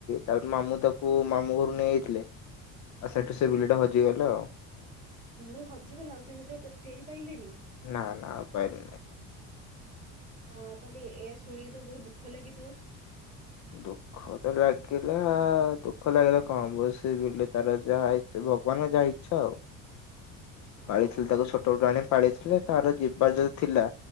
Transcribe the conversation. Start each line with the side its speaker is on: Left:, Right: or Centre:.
Left: ତାପରେ ମାମୁଁ ତାକୁ ମାମୁଁ ଘରୁ ନେଇଯଥିଲେ ଆଉ ସେଠୁ ସେ
Right: ହୁଁ
Left: ବିଲେଇ ଟା ହଜିଗଲା ଆଉ।
Right: ବିଲେଇ ହଜିଗଲା ଆଉ କେବେ ସେ ଫେରି ପାଇଲେନି?
Left: ନା ନା ଆଉ ପାଇଲିନି।
Right: ହଁ ତାହେଲେ ଏ ଶୁଣିକି ତ ବହୁତ ଦୁଃଖ ଲାଗିଥିବ?
Left: ଦୁଃଖ ତ ଲାଗିଲା ଦୁଃଖ ଲାଗିଲା କଣ ହେବ ସେ ବିଲେଇ ତାର ଯାହା ହେଇ ଭଗବାନଙ୍କ ଯାହା ଇଚ୍ଛା ଆଉ
Right: ହଁ
Left: ପାଳିଥିଲେ ତାକୁ ଛୋଟବେଳୁ ଆଣି ପାଳିଥିଲେ ତାର ଜୀ ଯିବାର ଯଦି ଥିଲା